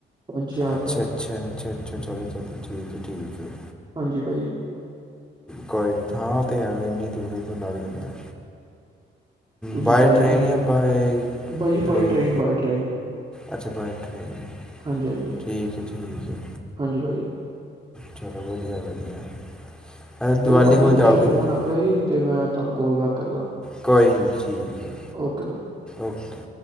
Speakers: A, on the right (about 25°); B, in the centre.
A: ਪੰਜ ਛੇ ਹਜ਼ਾਰ
B: ਅੱਛਾ-
A: ਰੁਪਇਆ
B: ਅੱਛਾ, ਅੱਛਾ- ਅੱਛਾ, ਚਲੋ ਤਾ ਠੀਕ ਹੈ- ਠੀਕ ਹੈ।
A: ਹਾਂਜੀ। ਭਾਅ ਜੀ।
B: ਕੋਈ ਨੀ, ਹਾਂ ਉਤੇ ਹੈ। ਇੰਨੀ ਦੂਰੀ ਤੇ ਲੱਗ ਜਾਂਦਾ।
A: ਤੁਸੀਂ
B: ਬਾਏ
A: ਭਾਜੀ
B: ਟ੍ਰਰੇਨ,
A: ਕੀ
B: ਜਾਂ ਬਾਏ
A: ਭਾਜੀ
B: plane.
A: by Train by train
B: ਅੱਛਾ, ਬਾਏ ਟਰੇਨ,
A: ਹਾਂਜੀ ਹਾਂਜੀ
B: ਠੀਕ ਹੈ- ਠੀਕ ਹੈ।
A: ਹਾਂਜੀ, ਭਾਅਜੀ।
B: ਚਲੋ, ਵਧੀਆ- ਵਧੀਆ। ਅ
A: ਚਲੋ
B: ਦੀਵਾਲੀ
A: ਭਾਜੀ,
B: ਕੋਲ
A: ਪਿੱਛੋਂ
B: ਜਾਓਗੇ
A: ਫੋਨ
B: ਤੁਸੀਂ
A: ਆ ਰਿਹਾ ਸੀ। ਤੇ ਮੈਂ, ਤੁਹਾਨੂੰ ਕਾਲ ਬੈਕ ਕਰਦਾ।
B: ਕੋਈ ਨਹੀਂ। ਠੀਕ ਹੈ,
A: ਓਕੇ ਬਾਈ
B: ਓਕੇ।